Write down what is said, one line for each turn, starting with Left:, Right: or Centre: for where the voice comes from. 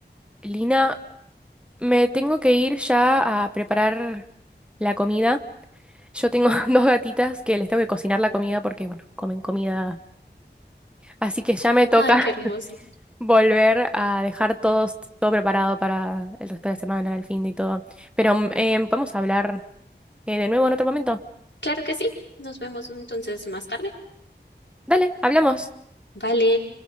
Centre: Lina, me tengo que ir ya a preparar la comida. Yo tengo <laughs> dos gatitas que les tengo que cocinar la comida porque, bueno, comen comida. Así que ya me toca.
Left: Ay, qué hermoso.
Centre: volver a dejar todo, todo preparado para el resto de la semana, el fin de y todo. Pero mm, eh, podemos hablar eh, de nuevo en otro momento.
Left: Claro que sí. Nos vemos entonces más tarde.
Centre: Dale, hablamos.
Left: Vale,